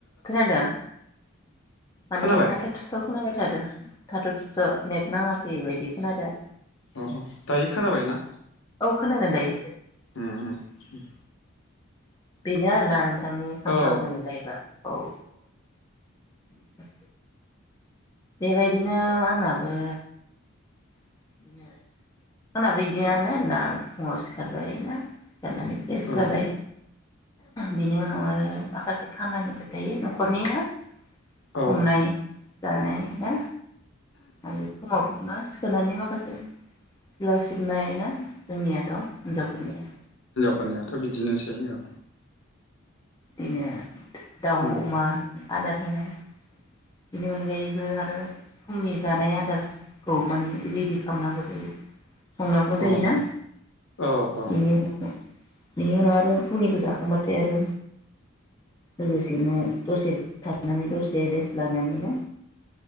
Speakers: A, on the left; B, on the left.
A: खोनादों माने
B: खोनाबाय
A: थाथ' थुथ' खोनाबाय थादो थाथ' थिथ' नेट नाङाखैबायदि खोनादों
B: अ अ दायो खोनाबायना
A: औ खोनादों दायो
B: उम उम
A: बेनो आरोना नों नोंथांनि सामफ्रामबोनि
B: औ
A: लाइफआ औ <inaudible> बेबायदिनो आंनाबो <inaudible> आंनाबो बिदियानो आरोना फुङाव सिखारबाय ना सिखारनानै फ्रेस
B: औ
A: जाबाय बेनि उनाव आरो माखासे खामानिफोर थायो न'खरनि ना संनाय
B: औ
A: जानाय ना आरो फुङावथ' मा सिखारनानै माख खासे सिला' सिबनाय ना जोंनियाथ' हिनजावफोरनिया
B: फोरनिया थ बिदिनोसै औ
A: बिदिनो दाउ
B: औ
A: अमा आदार होनाय बेनि अनगायैबो आरो फुंनि जानाय आदारखौ माने रेडि खालामनांगौ जायो। संनांगौ जायो
B: औ
A: ना
B: औ औ
A: बेनि उनाव बेनि उनाव आरो फुंनिखौ जाखांबाथाय आरो लोगोसेनो दसे थनानै दसे रेस्ट लानानै ना